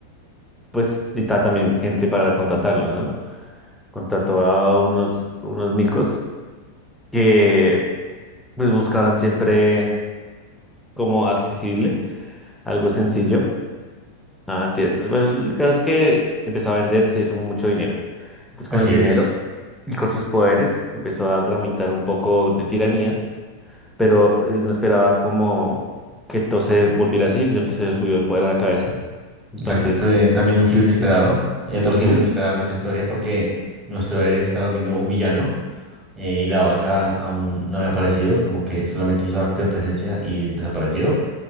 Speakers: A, in the centre; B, on the right.
A: pues necesitaba también gente para contratarlos, ¿no? Contrató a unos, unos micos que pues buscaban siempre como accesible, algo sencillo. Ah, tie- pues, el caso es que empezó a vender y se hizo mucho dinero. Entonces, con
B: Así
A: el dinero
B: es.
A: y con sus poderes, empezó a tramitar un poco de tiranía pero él no esperaba como que todo se volviera así, sino que se le subió el poder a la cabeza. Entonces,
B: Exacto. eh, también un giro inesperado.
A: la-
B: Hay otro
A: ujú,
B: giro inesperado en esta historia porque nuestro héroe se está volviendo un villano eh, y la vaca aún no había aparecido, como que solamente hizo acto de presencia y desapareció.